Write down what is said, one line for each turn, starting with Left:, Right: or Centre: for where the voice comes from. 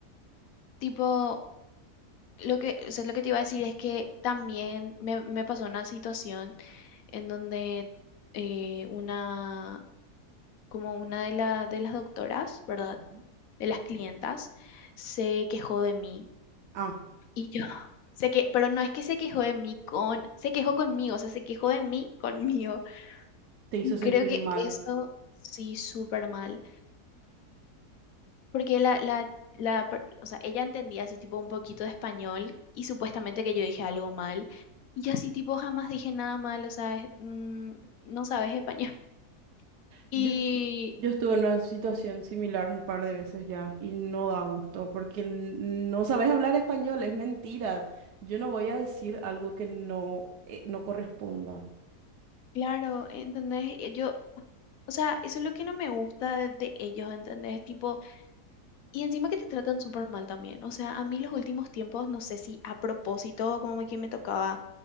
Left: tipo, lo que, o sea, lo que te iba a decir es que también me, me pasó una situación en donde eh, una, como una de, la, de las doctoras, ¿verdad?
Right: Ujú.
Left: De las clientas, se quejó de mí.
Right: Ah,
Left: Y yo, <laughs> sé que, pero no es que se quejó de mí con, se quejó conmigo, o sea, se quejó de mí conmigo.
Right: te hizo
Left: Y
Right: sentir
Left: creo que
Right: mal.
Left: eso sí, súper mal. Porque la, la, la, per- o sea, ella entendía así tipo un poquito de español y supuestamente que yo dije algo mal. Y yo así tipo jamás dije nada mal, o sea, es- mm, no sabes español. <laughs> Y
Right: Yo, yo estuve en una situación similar un par de veces ya y no da gusto porque n- no sabes hablar español, es mentira. Yo no voy a decir algo que no, eh, no corresponda.
Left: claro, ¿entendés? Eh, Yo, o sea, eso es lo que no me gusta de, de ellos, ¿entendés? Tipo, y encima que te tratan súper mal también. O sea, a mí los últimos tiempos, no sé si a propósito, como que me tocaba